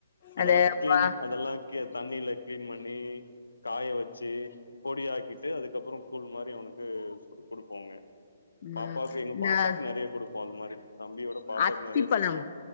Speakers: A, on the left; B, on the left.
A: அதெல்லா
B: அந்த
A: கிளீன்
B: பா
A: அதெல்லா கிய தண்ணியில கிளீன் பண்ணி காய வச்சி பொடியாக்கிட்டு அதுக்கப்றோ கூல் மாரி அவனுக்கு குடு குடுப்போங்க
B: ம்
A: பாப்பாக்கு எங்க
B: இந்த
A: பாப்பாவுக்கு நெறைய குடுப்போ அது மாரி தம்பியோட பாப்பாக்கு
B: அத்திப்பழம்
A: நெறைய குடுத்தோ